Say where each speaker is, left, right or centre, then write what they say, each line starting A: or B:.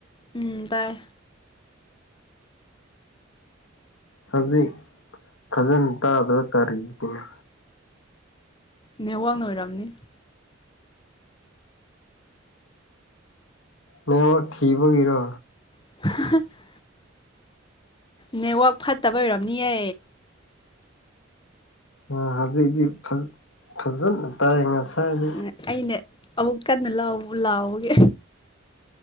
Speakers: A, on the left; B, on the left.
A: ꯎꯝ ꯇꯥꯏ
B: ꯍꯧꯖꯤꯛ ꯐꯖꯅ ꯇꯥꯗꯕ ꯀꯔꯤꯒꯤꯅꯣ
A: ꯅꯦꯋꯥꯛꯅ ꯑꯣꯏꯔꯝꯅꯤ
B: ꯅ‌ꯦꯋꯥꯛ ꯊꯤꯕꯒꯤꯔꯣ
A: <unintelligible> ꯅꯦꯠꯋꯥꯛ ꯐꯠꯇꯕꯩ ꯑꯣꯏꯔꯝꯅꯤꯌꯦ
B: ꯑ ꯍꯧꯖꯤꯛꯗꯤ ꯐ ꯐꯖꯅ ꯇꯥꯏ ꯉꯁꯥꯏ
A: ꯎ ꯑꯩꯅ ꯑꯃꯨꯛ ꯀꯟꯅ ꯂꯥꯎ ꯂꯥꯎꯕꯒꯤ